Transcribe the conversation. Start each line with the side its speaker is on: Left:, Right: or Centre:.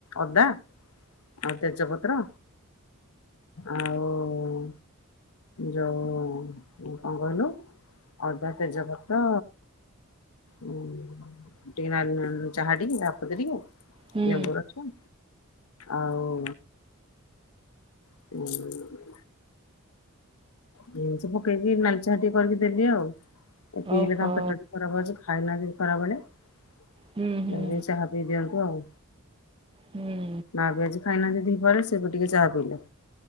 Left: ଅଦା ଆଉ ତେଜପତ୍ର ଆଉ ଯୋଉ କଣ କହିଲୁ? ଅଦା, ତେଜପତ୍ର ଉଁ ଟିକେ <unintelligible> ଚାହା ଟିକେ ଚାହା ପତି ଟିକେ
Right: ହୁଁ
Left: ଲେମ୍ବୁ ର ସ ଆଉ ହୁଁ। ହୁଁ ସବୁ ପକେଇକି ନାଲି ଚାହା ଟିକେ କରିକି ଦେଲି ଆଉ ପିଇଲେ
Right: ଓହୋ
Left: ତାଙ୍କ ପେଟଟି ଖରାପ ଅଛି। ଖାଇନାହାନ୍ତି ଖରାବେଳେ <unintelligible>
Right: ହୁଁ ହୁଁ
Left: ଚାହା ପି ଦିଅନ୍ତୁ ଆଉ।
Right: ହୁଁ
Left: ମା ବି ଆଜି ଖାଇନାହାନ୍ତି ଦି ପହରେ ସେ ବି ଟିକେ ଚା ପିଇଲେ।